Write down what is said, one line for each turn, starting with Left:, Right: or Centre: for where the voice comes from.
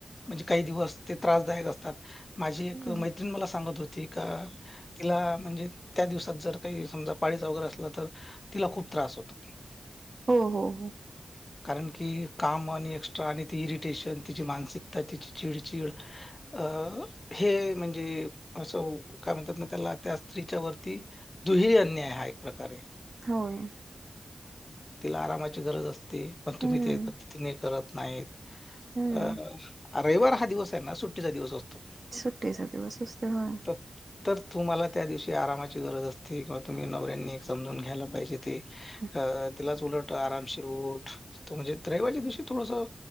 Left: म्हणजे काही दिवस ते त्रासदायक असतात माझी एक
Right: हम्म
Left: मैत्रीण मला सांगत होते. ठी का तिला म्हणजे त्या दिवसात जर काही समजा पाळीचा वगैरे असला तर तिला खूप. त्रास होतो.
Right: हो हो हो.
Left: कारण की काम आणि एक्स्ट्रा आणि ती इरिटेशन तिची मानसिकता तिची चिडचिड. अ हे म्हणजे असं काय म्हणतात ना त्याला त्या स्त्रीच्या वरती दुहिरी अन्याय हा एक प्रकारे.
Right: होय.
Left: तिला आरामाची गरज असते पण तुम्ही
Right: हम्म
Left: ते पद्धतीने करत नाहीत
Right: हम्म
Left: अ. रविवार हा दिवस आहे ना सुट्टीचा दिवस असतो.
Right: सुट्टीचा दिवस असतोय होय.
Left: सत <unintelligible> तर तुम्हाला त्या दिवशी आरामाची गरज असते किंवा तुम्ही नवऱ्यांनी समजून घ्यायला पाहिजे ते
Right: हम्म
Left: अ <unintelligible> उलट उठ उलट आरामशीर उठ रविवार म्हणजे तुमचं थोडसं